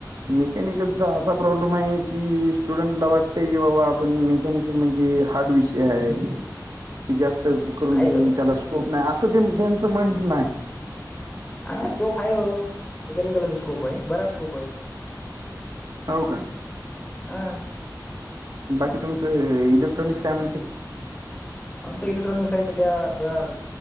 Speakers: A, on the right; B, on the left.
A: मेकॅनिकलचा असा प्रॉब्लेम आहे की, स्टुडंटला वाटते की, बाबा आपण मेकनिक म्हणजे हार्ड विषय आहे. ते जास्त करून
B: नाही
A: त्याला स्कोप नाही, असं ते त्यांचं म्हणत नाय.
B: ना नाही स्कोप आहे ओ. मेकॅनिकल बी स्कोप आहे. बराच स्कोप आहे.
A: हो का?
B: हा.
A: बाकी तुमचं इलेक्ट्रॉनिक्स काय म्हणताय?
B: आमचं इलेक्ट्रॉनिक आहे सध्या जोरा